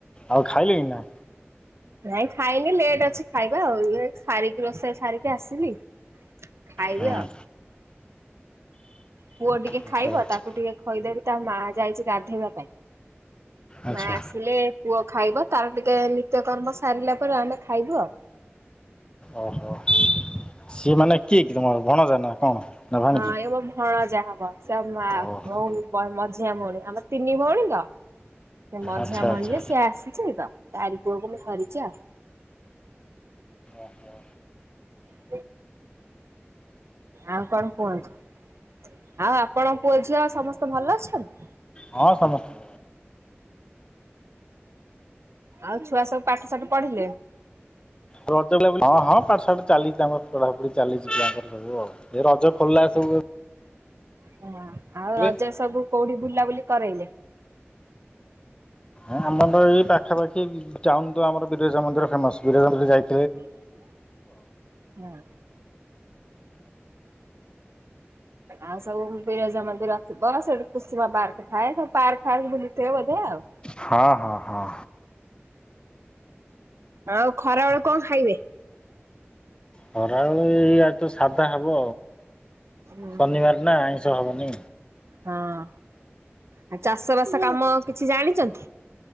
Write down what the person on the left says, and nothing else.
ଆଉ ଖାଇଲେଣି ନା?
ହଁ।
ଆଚ୍ଛା ଆଚ୍ଛା
ଆଚ୍ଛା
ଓହୋ ସିଏ ମାନେ କିଏ କି ତମର ଭଣଯା ନା କଣ? ନା ଭାଣିଜୀ?
ଓହୋ
ଆଚ୍ଛା
ଆଚ୍ଛା
ଓହୋ।
ହଁ ସମସ୍ତେ
ହଁ ପାଠ ଷାଠ ଚାଲିଚି ତାଙ୍କ ପଢାପଢି ଚାଲିଚି ପିଲାଙ୍କର ସବୁ ଆଉ ଏ ରଜ ଖୋଲିଲା ସବୁ
ଏବେ
ଏ ଆମର ତ ଏଇ ପାଖାପାଖି ଟାଉନଟୁ ଆମର ବିରଜା ମନ୍ଦିର ଫେମସ୍ ବିରାଜ ମନ୍ଦିର ଯାଇ
ହଁ ହଁ ହଁ।
ଖରାବେଳେ ଏଇ ଆଡେତ ସାଧା ହବ।
ଶନିବାର ନା ଆଇଁଷ ହବନି।